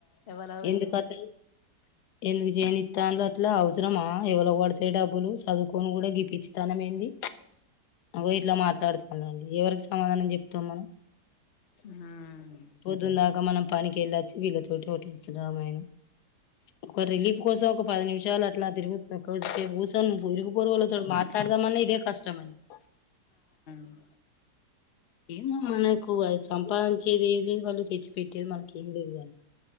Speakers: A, on the left; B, on the left.
A: ఎవరవేను
B: ఎందుకు అట్లా ఎందుకు చేయని తానులో అట్లా అవసరమా ఎవలో పడతాయి డబ్బులు చదువుకొని కూడా గిప్పించితనం ఏంది అగ ఇట్లా మాట్లాడుత అవునండి ఎవరికి సమాధానం చెప్తాం మనం
A: ఉమ్
B: పోదున్న దాకా మనం పనికెళ్ళొచ్చి వీళ్ళతోటి హటిల్ స్ రామాయణ ఒక రిలీఫ్ కోసం ఒక పది నిమిషాలు అట్లా తిరుగుతుే కోసం ఉసలు పూరు వాళ్ళతో మాట్లాడదామన్న ఇదే కష్టమ అండి
A: ఆ
B: ఏ మనకు అది సంపాదించేది ఏది వాళ్ళు తే ఇర్చ్చి పెట్టేది మనకే ఏం లేదు కానీ